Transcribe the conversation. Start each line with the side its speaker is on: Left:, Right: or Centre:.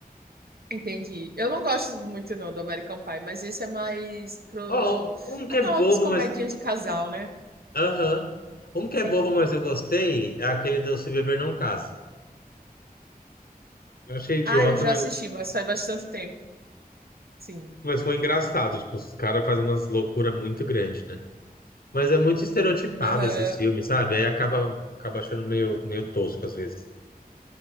Right: entendi. Eu não gosto muito não do American Pie, mas esse é mais pro
Left: Ó, um que
Right: aquelas
Left: é bobo,
Right: comedinhas
Left: mas
Right: de casal, né?
Left: Aham. Um que
Right: Sim.
Left: é bobo, mas eu gostei, é aquele do Se Beber Não Case. Eu achei idiota,
Right: Ah, eu já
Left: mas,
Right: assisti, mas faz bastante tempo. Sim.
Left: mas foi engraçado. Tipo, os caras fazem umas loucuras muito grandes, né? Mas é muito estereotipado
Right: Aham.
Left: esses filmes, sabe? Aí acaba, acaba achando meio, meio tosco às vezes.